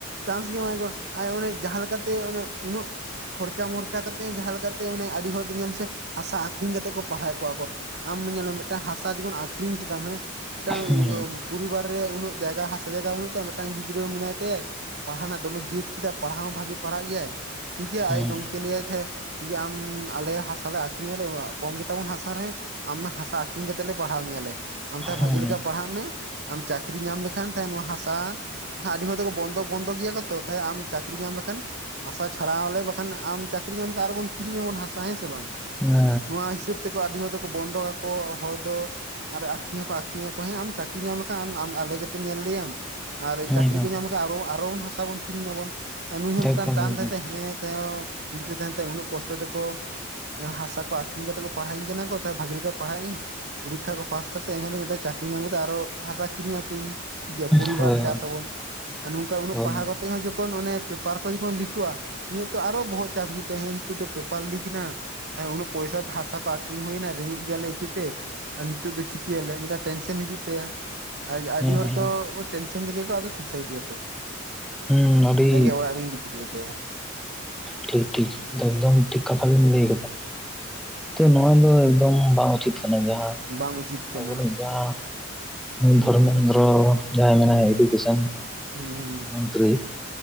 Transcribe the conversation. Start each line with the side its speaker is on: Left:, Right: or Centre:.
Right: ᱪᱟᱱᱥ ᱜᱮ ᱮᱢᱟᱭᱟᱠᱚ ᱟᱨ ᱚᱱᱮ ᱡᱟᱦᱟᱸ ᱞᱮᱠᱟᱛᱮ ᱚᱱᱮ ᱩᱱᱟᱹᱜ ᱠᱷᱚᱨᱪᱟ ᱢᱚᱨᱪᱟ ᱠᱟᱛᱮᱫ ᱡᱟᱦᱟᱸ ᱞᱮᱠᱟᱛᱮ ᱢᱟᱱᱮ ᱟᱹᱰᱤ ᱦᱚᱲ ᱫᱚ ᱧᱮᱞ ᱢᱮᱥᱮ ᱦᱟᱥᱟ ᱟᱠᱷᱨᱤᱧ ᱠᱟᱛᱮᱫ ᱠᱚ ᱯᱟᱲᱦᱟᱣᱮᱫ ᱠᱚᱣᱟ ᱠᱚ ᱟᱢ ᱧᱮᱞ ᱢᱮ ᱢᱮᱫᱴᱟᱝ ᱦᱟᱥᱟ ᱡᱚᱠᱷᱚᱱ ᱟᱠᱷᱨᱤᱧ ᱠᱮᱫᱟᱢ ᱦᱮᱸ ᱢᱤᱫᱴᱟᱝ
Centre: ᱦᱮᱸ
Right: ᱯᱚᱨᱤᱵᱟᱨ ᱨᱮ ᱩᱱᱟᱹᱜ ᱡᱟᱭᱜᱟ ᱦᱟᱥᱟ ᱡᱟᱭᱜᱟ ᱵᱟᱹᱱᱩᱜ ᱛᱟᱭᱟ ᱢᱤᱫᱴᱟᱝ ᱜᱤᱫᱽᱨᱟᱹ ᱢᱮᱱᱟᱭ ᱛᱟᱭᱟᱭ ᱯᱟᱲᱦᱟᱣ ᱨᱮᱱᱟᱜ ᱫᱚᱢᱮ ᱡᱮᱛ ᱠᱮᱫᱟ ᱯᱟᱲᱦᱟᱣ ᱦᱚᱸ ᱵᱷᱟᱜᱮ ᱯᱟᱲᱦᱟᱜ ᱜᱮᱭᱟᱭ ᱴᱷᱤᱠ ᱜᱮᱭᱟ,
Centre: ᱦᱮᱸ
Right: ᱟᱡᱤᱡ ᱜᱚᱝᱠᱮ ᱞᱟᱹᱭᱟᱭ ᱛᱟᱦᱮᱸ ᱴᱷᱤᱠ ᱜᱮᱭᱟ ᱟᱢ ᱟᱞᱮ ᱦᱟᱥᱟ ᱞᱮ ᱟᱠᱷᱨᱤᱧ ᱟᱞᱮ ᱠᱚᱢ ᱜᱮᱛᱟ ᱵᱚᱱ ᱦᱟᱥᱟ ᱨᱮ ᱟᱢ ᱦᱟᱥᱟ ᱟᱹᱷᱨᱤᱧ ᱠᱟᱛᱮᱫ ᱞᱮ ᱯᱟᱲᱦᱟᱣ ᱢᱮᱭᱟ ᱞᱮ ᱾ ᱟᱢ ᱛᱟᱦᱮ
Centre: ᱦᱮᱸ
Right: ᱵᱷᱟᱜᱤ ᱞᱮᱠᱟ ᱯᱟᱲᱦᱟᱜ ᱢᱮ ᱟᱢ ᱪᱟᱠᱨᱤ ᱧᱟᱢ ᱞᱮᱠᱷᱟᱱ ᱛᱟᱦᱮ ᱱᱚᱣᱟ ᱦᱟᱥᱟ, ᱵᱟᱠᱷᱟᱱ ᱟᱹᱰᱤ ᱦᱚᱲ ᱫᱚᱠᱚ ᱵᱚᱱᱫᱷᱚᱠ ᱵᱚᱱᱫᱷᱚᱠ ᱜᱮᱭᱟ ᱠᱚ ᱛᱚ, ᱛᱟᱭ ᱟᱢ ᱪᱟᱹᱠᱨᱤ ᱧᱟᱢ ᱞᱮᱠᱷᱟᱱ ᱦᱟᱥᱟ ᱪᱷᱟᱲᱟᱣ ᱟᱞᱮ ᱵᱟᱠᱷᱟᱱ ᱟᱢ ᱪᱟᱹᱠᱨᱤ ᱧᱟᱢ ᱞᱮᱠᱷᱟᱱ ᱟᱨᱵᱚᱱ ᱠᱤᱨᱤᱧ ᱟᱵᱚᱱ ᱦᱟᱥᱟ ᱦᱮᱸ ᱥᱮ ᱵᱟᱝ?
Centre: ᱦᱮᱸ
Right: ᱱᱚᱣᱟ ᱦᱤᱥᱟᱹᱵ ᱛᱮᱠᱚ ᱟᱹᱰᱤ ᱦᱚᱲ ᱫᱚᱠᱚ ᱵᱚᱱᱫᱚ ᱟᱠᱚ ᱦᱚᱲ ᱫᱚ ᱾ ᱟᱨ ᱟᱠᱷᱨᱤᱧ ᱦᱚᱸᱠᱚ ᱟᱠᱷᱨᱤᱧᱟᱠᱚ ᱦᱮᱸ ᱟᱢ ᱪᱟᱹᱠᱨᱤ ᱧᱟᱢ ᱞᱮᱠᱷᱟᱱ ᱟᱢ ᱟᱞᱮ ᱜᱮᱛᱚ ᱧᱮᱞ ᱞᱮᱭᱟᱢ ᱾ ᱟᱨ
Centre: ᱦᱮᱸ
Right: ᱪᱟᱹᱠᱨᱤ
Centre: ᱦᱮᱸ
Right: ᱠᱚ ᱧᱟᱢ ᱞᱮᱠᱷᱟᱱ ᱟᱨᱚ ᱟᱨᱚ ᱵᱚᱱ ᱦᱟᱥᱟ ᱵᱚᱱ ᱠᱤᱨᱤᱧᱟ ᱵᱚᱱ ᱱᱩᱭ ᱦᱚᱸ ᱢᱤᱫᱴᱟᱱ
Centre: ᱮᱠᱫᱚᱢ
Right: ᱴᱟᱱ
Centre: ᱮᱠᱫᱚᱢ
Right: ᱛᱟᱭᱚᱢ ᱫᱷᱟᱭ ᱛᱮ ᱦᱮᱸ ᱛᱟᱭᱚᱢ ᱪᱤᱱᱛᱟᱹ ᱛᱟᱦᱮᱱ ᱛᱟᱭᱟ ᱩᱱᱟᱹᱜ ᱠᱚᱥᱴᱚ ᱛᱮᱠᱚ ᱦᱟᱥᱟ ᱠᱚ ᱟᱠᱷᱨᱤᱧ ᱠᱟᱛᱮ ᱠᱚ ᱯᱟᱲᱦᱟᱭᱤᱧ ᱠᱟᱱᱟ ᱠᱚ ᱛᱚ ᱵᱷᱟᱜᱤ ᱞᱮᱠᱟ ᱯᱟᱲᱦᱟᱜ ᱤᱧ ᱯᱚᱨᱤᱠᱠᱷᱟ ᱠᱚ ᱯᱟᱥ ᱠᱟᱛᱮ <unintelligible> ᱢᱤᱫᱴᱟᱱ ᱪᱟᱹᱠᱨᱤ ᱧᱟᱢ ᱠᱟᱛᱮ ᱟᱨᱚ ᱦᱟᱥᱟ ᱠᱤᱨᱤᱧᱟᱠᱚᱣᱤᱧ ᱴᱷᱤᱠ ᱜᱮᱭᱟ ᱯᱚᱨᱤᱵᱟᱨ
Centre: ᱦᱳᱭ
Right: ᱪᱟᱥ
Centre: ᱦᱳᱭ
Right: ᱟᱵᱚᱱ ᱟᱨ ᱱᱚᱝᱠᱟ ᱩᱱᱟᱹᱜ
Centre: ᱦᱳᱭ ᱦᱮᱸ
Right: ᱛᱮ ᱦᱚᱸ ᱡᱚᱠᱷᱚᱱ ᱚᱱᱮ ᱯᱮᱯᱟᱨ ᱠᱚ ᱡᱚᱠᱷᱚᱱ ᱞᱤᱠᱚᱜᱼᱟ ᱩᱱᱤᱭᱟᱜ ᱛᱚ ᱟᱨᱚ ᱵᱚᱦᱚᱜ ᱪᱟᱯ ᱦᱤᱡᱩᱜ ᱛᱟᱭᱟ ᱦᱮ ᱛᱚ ᱯᱮᱯᱟᱨ ᱞᱤᱠ ᱱᱟ ᱛᱟ ᱩᱱᱚᱜ ᱯᱚᱭᱥᱟ ᱛᱮ ᱦᱟᱥᱟ ᱠᱚ ᱟᱠᱠᱷᱨᱤᱧ ᱦᱩᱭᱱᱟ ᱨᱮᱸᱜᱮᱡ ᱜᱮᱭᱟᱞᱮ ᱤᱠᱟᱹᱛᱮ ᱱᱤᱛᱚᱜ ᱫᱚ ᱪᱤᱠᱟᱹᱭᱟᱞᱮᱭᱟ ᱢᱤᱫᱴ ᱴᱮᱱᱥᱮᱱ ᱦᱤᱡᱩᱜ ᱛᱟᱭᱟ ᱟᱹᱰᱤ ᱦᱚᱲ
Centre: ᱦᱮᱸ ᱦᱮᱸ
Right: ᱫᱚ ᱴᱮᱱᱥᱮᱱ ᱛᱮᱜᱮ ᱠᱚ ᱟᱫᱚ ᱥᱩᱥᱟᱭᱤᱰ ᱜᱮᱭᱟ ᱠᱚ
Centre: ᱦᱩᱸ ᱟᱹᱰᱤ
Right: ᱨᱮᱸᱜᱮᱡ ᱚᱲᱟᱜ ᱨᱮᱱ ᱜᱤᱫᱽᱨᱟᱹ ᱫᱚ
Centre: ᱴᱷᱤᱠ ᱴᱷᱤᱠ ᱮᱠᱫᱚᱢ ᱴᱷᱤᱠ ᱠᱟᱛᱷᱟ ᱜᱮᱢ ᱞᱟᱹᱭ ᱠᱮᱫᱟ ᱱᱚᱣᱟ ᱫᱚ ᱮᱠᱫᱚᱢ ᱵᱟᱝ ᱩᱪᱤᱛ ᱠᱟᱱᱟ ᱡᱟᱦᱟᱸ
Right: ᱵᱟᱝ ᱩᱪᱤᱛ ᱠᱟᱱᱟ
Centre: ᱟᱵᱚ ᱨᱮᱱᱤᱡ ᱡᱟᱦᱟᱸ
Right: ᱦᱩᱸ
Centre: ᱫᱷᱚᱨᱢᱮᱱᱫᱨᱚ ᱡᱟᱦᱟᱸᱭ ᱢᱮᱱᱟᱭᱟ ᱮᱰᱩᱠᱮᱥᱮᱱ
Right: ᱦᱩᱸ ᱦᱩᱸ
Centre: ᱢᱚᱱᱛᱨᱤ